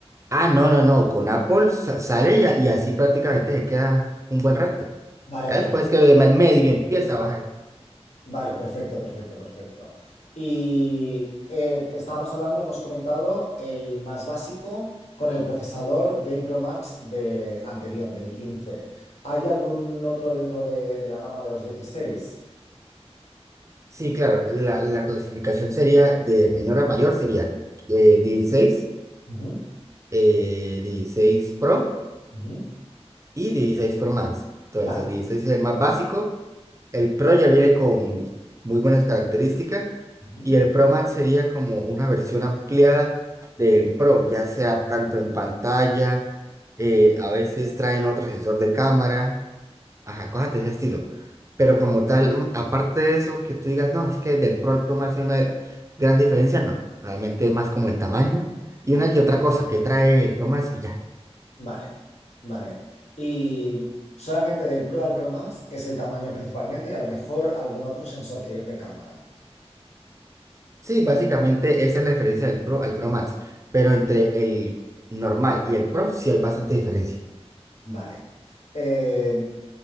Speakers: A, on the right; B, on the left.
A: Ah, no, no, no. Con Apple sa- sale y, a- y así prácticamente se queda un buen rato.
B: Vale,
A: Ya
B: vale,
A: después
B: per-
A: que me- medio empieza a bajar.
B: vale, perfecto, perfecto, perfecto. Y eh, estábamos hablando, hemos comentado el más básico con el procesador del Pro Max de anterior, del quince ¿Hay algún otro dentro de, de la gama de los dieciséis
A: Sí, claro, la, la clasificación sería de menor a mayor, sería eh, 16,
B: Ujú,
A: eh, 16 Pro
B: ujú.
A: y 16 Pro Max. Entonces,
B: Vale,
A: el 16 es el más básico, el Pro ya viene con muy buenas características
B: ujú,
A: y el Pro Max sería como una versión ampliada del Pro, ya sea tanto en pantalla, eh, a veces traen otro sensor de cámara. Ajá, cosas de ese estilo. Pero como tal, mm, aparte de eso, que tú digas, no, es que del Pro al Pro me hace una gran diferencia, no. Realmente es más como el tamaño y
B: vale.
A: una que otra cosa que trae el Pro Max y ya.
B: Vale, vale. Y solamente del Pro al Pro Max es el tamaño principalmente y a lo mejor algún otro sensor que, de cámara.
A: Sí, básicamente esa es la diferencia del Pro al Pro Max. Pero entre el normal y el Pro sí hay bastante diferencia.
B: Vale. Eh,